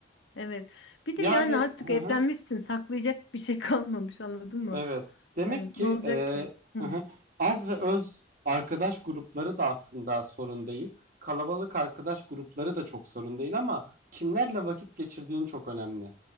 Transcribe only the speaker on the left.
Evet. Bir
de yani artık
evlenmişsin
saklayacak bir şey <laughs> kalmamış anladın mı?
Yani
ne olacak
ki? Hı.